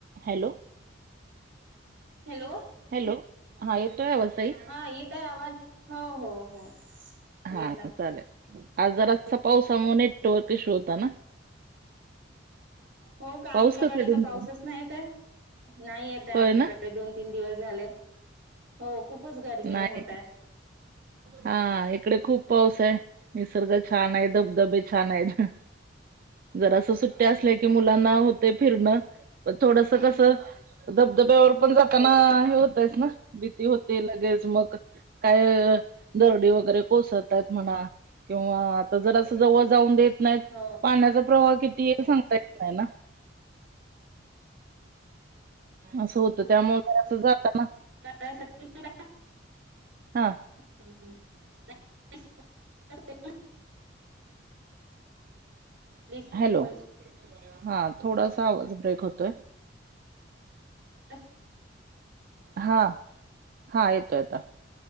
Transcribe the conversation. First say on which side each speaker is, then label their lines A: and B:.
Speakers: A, on the right (about 50°); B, on the right (about 80°).
A: हॅलो.
B: हॅलो.
A: हॅलो हा येतोय आवाज ताई.
B: हा येत आहे आवाज हो हो हो.
A: हा
B: येत आहे
A: चाललं आज जरा अस पावसामुळे नेटवर्क इशू होता ना.
B: हो का
A: पाऊस
B: आमच्याकडे
A: कसा आहे तुमचा
B: तर पाऊसच नाहीे येत नाही येते आमच्याकडे
A: होय ना
B: दोन. तीन दिवस झाले हो खूपच गर्मिया
A: नाही
B: होत हाय.
A: हा इकडे खूप पाऊस आहे. निसर्ग छान आहे धब धबे छान आहेत. जर असं सुट्टया असल्या की मुलांना हो. ते फिरण थोडस कस धबधब्यावर पण
B: हो
A: जातना हे होत. चना भीती हो. ते लगेच मग काय दर्डी वगैरे कोसळतायत म्हणा. किंवा आता जर असं जवळ जाऊन देत नाहीत
B: हो
A: पाण्याचा प्रवाह किती. ते सांगता येत नाही ना. असं होतं त्यामुळे असं झालं ना.
B: य सकते का.
A: हा.
B: ह्. पोलीस
A: हॅलो
B: पोलीस
A: हा थोडासा आवाज ब्रेक होतोय.
B: अस.
A: हा हा येतोय आता.